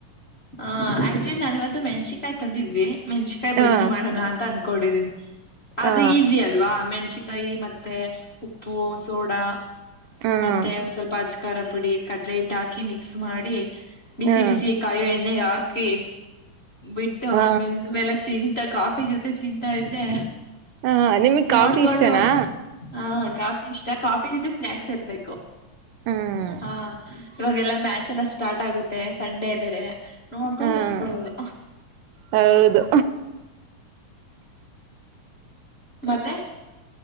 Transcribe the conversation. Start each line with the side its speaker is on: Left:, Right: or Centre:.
Left: ಹ ಆಕ್ಚುಲಿ ನಾ ಇವತ್ತು ಮೆಣಸಿಕಾಯ್ ತಂದಿದ್ವಿ ಮೆಣಸಕಾಯಿ
Right: ಹಾ
Left: ಬಜ್ಜಿ ಮಾಡಣ ಅಂತ ಕೊಡಿದ್ದೀನಿ
Right: ಹಾ
Left: ಅದು ಈಸಿ ಅಲ್ವಾ ಮೆಣ್ಸಕಾಯಿ ಮೆ ಮತ್ತೆ ಉಪ್ಪು ಸೋಡಾ
Right: ಹ್ಮ್
Left: ಮತ್ತೆ ಒಂದ್ ಸ್ವಲ್ಪ ಹಚಕಾರ ಪುಡಿ ಕಡಲೆ ಇಟ್ಟು ಹಾಕಿ ಮಿಕ್ಸ್ ಮಾಡಿ ಬಿಸಿ
Right: ಹ್ಮ್
Left: ಬಿಸಿ ಕಾಯಿ ಎಣ್ಣಗ ಹಾಕಿ ಬಿಟ್ಟು
Right: ಹ
Left: ಬೆೆಂದ್ಮೇಲೆ ತಿಂತಕ್ ಹಾಕಿ ಿ ಜೊತೆ ತಿಂತಾ ಇದ್ರೆ
Right: ಹಾ ನಿಮಗ್ ಕಾಫಿ
Left: ನೋಡ್ಕೊಂಡು
Right: ಇಷ್ಟನಾ
Left: ಹಾ ಕಾಫಿ ಇಷ್ಟ ಕಾಫಿ ಜೊತೆ ಸ್ನಾಕ್ಸ್ ಇರ್ಬೇಕು
Right: ಹ್ಮ್
Left: ಹವ ಇವಾಗೆಲ್ಲ ಮ್ಯಾಚ್ ಎಲ್ಲ ಸ್ಟಾರ್ಟ್ ಆಗುತ್ತೆ ಸಂಡೇ ಬೇರೆ ನೋಡ್ಕೊಂಡ್
Right: ಹ್ಮ್
Left: ಕುೂತ್ಕೊಳ್ಳೋದು
Right: ಹೌದು
Left: ಮತ್ತೆ